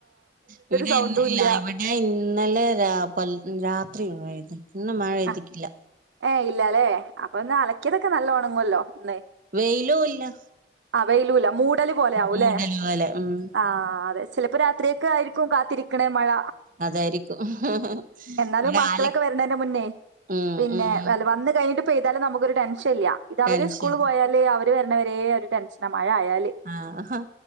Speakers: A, on the right; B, on the right.
A: ഇവിടില്ല
B: സൗണ്ടും
A: ഇന്ന്
B: ഇല്ല
A: ലൈവടി ഞാൻ ഇന്നലെ രാ പ രാത്രിപോയത് ഇന്ന് മഴ പെയിതിട്ടില്ല
B: ആ ഏ ഇല്ല അല്ലേ അപ്പൊ ഇന്ന് അലക്കിയതൊക്കെ നല്ല ഉണങ്ങുമല്ലോ ഇന്ന്
A: വെയിലുല്ല
B: ആഹ് വെയിലൂല്ല മൂടല് പോലെ ആകും
A: മൂടല്
B: അല്ലേ
A: പോലെ ഉം
B: ആഹ് അതെ ചിലപ്പോ രാത്രിയൊക്കെ ആയിരിക്കും കാത്തിരി ക്കണേ മഴ
A: അതായിരിക്കും
B: എന്നാലും
A: ഇവിടെ
B: മക്കളൊക്കെ
A: ആല
B: വരണതിന്റെ മുന്നേ
A: ഉം
B: പിന്നെ
A: ഉം
B: വ വന്ന് കഴിഞ്ഞിട്ട് പെയ്താലും നമുക്കൊരു ടെൻഷൻ ഇല്ല ഇത്
A: ടെൻഷൻ
B: അവര് സ്കൂള് പോയാല് അവര് വരണവരേ ഒരു ടെൻഷന മഴ ആയാല്
A: ആഹ്